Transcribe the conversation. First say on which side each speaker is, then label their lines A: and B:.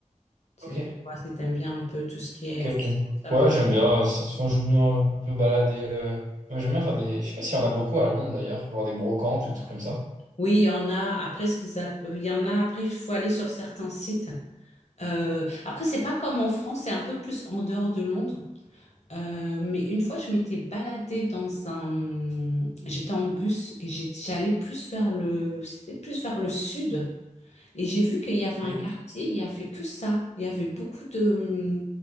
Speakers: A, on the left; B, on the right.
A: C'est-
B: Ok,
A: Tu vois, si t'aimes bien un peu tout ce qui est...
B: ok, ok.
A: Ça,
B: Ouais,
A: bon.
B: j'aime bien. euh, c'est souvent, j'aime bien euh, me balader. euh, ouais, J'aime bien faire des. Je sais pas s'il y en a beaucoup à Londres d'ailleurs, genre des brocantes ou des trucs comme ça.
A: Oui, il y en a après ce qu'ils app- il y en a après il faut aller sur certains sites. Euh, après c'est pas comme en France, c'est un peu plus en dehors de Londres. Euh, mais une fois je m'étais baladée dans un j'étais en bus et j'ai- j'allais plus vers le c'était plus vers le sud et j'ai vu qu'il y avait
B: Ok.
A: un quartier, il y avait que ça. Il y avait beaucoup de